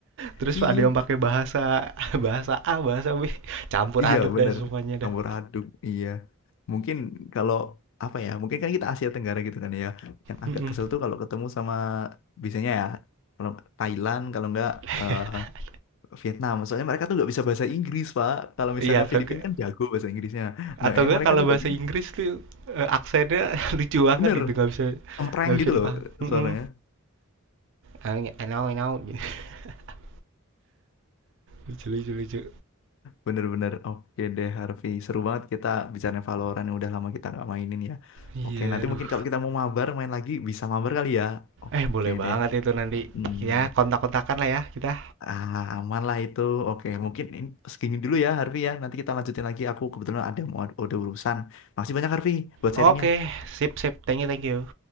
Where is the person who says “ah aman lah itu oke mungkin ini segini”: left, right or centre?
Left